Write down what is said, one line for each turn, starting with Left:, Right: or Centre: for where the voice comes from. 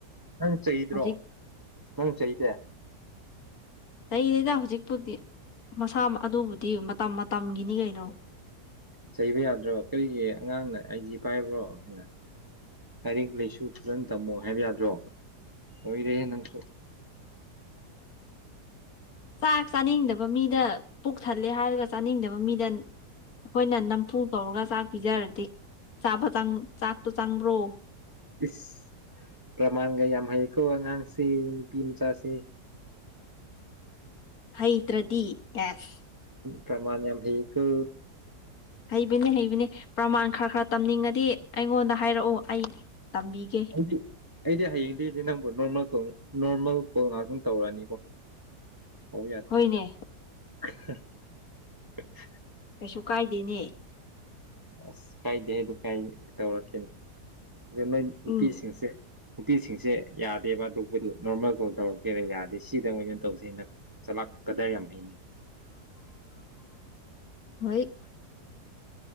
Right: ꯅꯪ ꯆꯩꯗ꯭ꯔꯣ
Left: ꯍꯧꯖꯤꯛ
Right: ꯅꯪ ꯆꯩꯗꯦ
Left: ꯂꯩꯗꯩꯗ ꯍꯧꯖꯤꯛꯄꯥꯎꯗꯤ ꯃꯁꯥ ꯑꯗꯨꯕꯨꯗꯤ ꯃꯇꯝ ꯃꯇꯝꯒꯤꯅꯤ ꯀꯩꯅꯣ
Right: ꯆꯩꯕ ꯌꯥꯗ꯭ꯔꯣ ꯀꯔꯤꯒꯤ ꯑꯉꯥꯡꯅ ꯑꯩꯥꯏꯗꯤ ꯄꯥꯏꯕ꯭ꯔꯣ ꯍꯥꯏꯅ ꯂꯥꯏꯔꯤꯛ ꯂꯩꯁꯨ ꯐꯈꯤꯇꯪ ꯇꯝꯃꯣ ꯍꯥꯏꯕ ꯌꯥꯗ꯭ꯔꯣ ꯂꯔꯦ ꯅꯪꯁꯨ
Left: ꯆꯥꯛ ꯆꯥꯅꯤꯡꯗꯕ ꯃꯤꯗ ꯄꯨꯛ ꯊꯜꯂꯦ ꯍꯥꯏꯔꯒ ꯆꯥꯅꯤꯡꯗꯕ ꯃꯤꯗ ꯑꯩꯈꯣꯏꯅ ꯅꯝꯐꯨ ꯇꯧꯔꯒ ꯆꯥꯛ ꯄꯤꯖꯔꯗꯤꯥꯕ ꯆꯥꯛꯇꯣ ꯆꯪꯕ꯭ꯔꯣ
Right: ꯏꯁ ꯄ꯭ꯔꯥꯃꯥꯟꯒ ꯌꯥꯝ ꯍꯥꯏꯌꯦꯀꯣꯉꯥꯡꯁꯤ ꯏꯄꯤ ꯃꯆꯥꯁꯤ
Left: ꯍꯩꯇ꯭ꯔꯗꯤ ꯑꯦꯁ
Right: ꯄꯃ ꯌꯥꯝ ꯍꯤ ꯀ
Left: ꯍꯩꯕꯅꯤ ꯍꯩꯕꯤꯅꯦ ꯄ꯭ꯔꯃꯥꯟ ꯈꯔ ꯈꯔ ꯇꯝꯅꯤꯡꯉꯗꯤ ꯑꯩꯉꯣꯟꯗ ꯍꯥꯏꯔꯛꯑꯣ ꯑꯩ ꯇꯝꯕꯤꯒꯦ
Right: ꯑꯩꯗꯤ ꯑꯩꯗꯤ ꯍꯌꯦꯡꯗꯤꯗꯤ ꯅꯪꯕꯨꯣ ꯅꯣꯔꯃꯜ ꯀꯣ ꯅꯣꯔꯃꯦꯜ ꯀꯣꯜ ꯉꯥꯛꯇꯪ ꯇꯧꯔꯛꯑꯅꯤꯀꯣ ꯁꯥꯎꯕ ꯌꯥꯗꯦ
Left: ꯍꯣꯏꯅꯦ
Right: <unintelligible> <inaudible>
Left: ꯀꯩꯁꯨ ꯀꯥꯏꯗꯦꯅꯦ
Right: ꯑꯁ ꯀꯥꯏꯗꯦ ꯑꯗꯨ ꯀꯥꯏ ꯇꯧꯔꯛꯀꯅꯤ ꯑꯗꯨꯗ ꯅꯣꯏ ꯅꯨꯄꯤꯁꯤꯡꯁꯦ
Left: ꯎꯝ
Right: ꯅꯨꯄꯤꯁꯤꯡꯁꯦ ꯌꯥꯗꯦꯕ ꯑꯗꯨꯕꯨꯗꯤ ꯅꯣꯔꯃꯦꯜ ꯀꯣꯜ ꯇꯧꯔꯛꯀꯦꯔ ꯌꯥꯗꯦ ꯁꯤꯗ ꯃꯩꯅ ꯇꯧꯁꯦꯅ ꯀꯗꯥꯏ ꯌꯥꯝ ꯑꯩꯅꯤ
Left: ꯍꯣꯏ <inaudible>